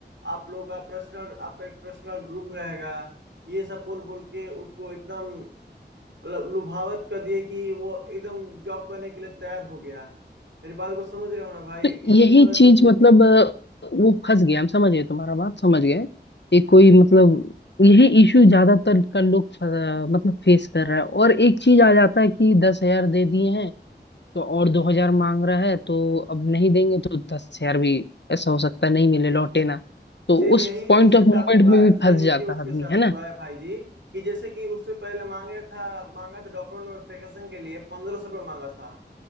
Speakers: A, on the right (about 85°); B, on the left (about 75°).
A: आप लोग का पर्सनल आपका एक पर्सनल रूम रहेगा ये सब बोल बोल के उसको एकदम लु- लुभावत कर दिए कि वो एकदम जॉब करने के लिए तैयार हो गया मेरी बात को समझ रहे हो ना भाई
B: तो
A: इसी
B: यही
A: की वजह
B: चीज
A: से वो
B: मतलब अ, वो फंस गया हम समझ गए तुम्हारा बात समझ गए एक कोई मतलब यही इशू ज्यादातर का लोग फ- अ, मतलब फेस कर रहा है और एक चीज आ जाता है कि दस हजार दे दिए हैं तो और दो हजार मांग रहा है तो अब नहीं देंगे तो दस हजार भी ऐसा हो सकता है नहीं मिले लौटे ना
A: सेम
B: तो उस
A: यही
B: पॉइंट
A: उसके
B: ऑफ
A: साथ
B: मोमेंट
A: हुआ
B: में
A: है
B: भी
A: सेम
B: फंस जाता
A: यही उसके
B: है आदमी
A: साथ
B: है
A: हुआ
B: ना
A: है भाई जी कि जैसे कि उससे पहले मांगे था मांगा था डॉक्यूमेंट वेरिफिकेशन के लिए पंद्रह सौ रुपये मांगा था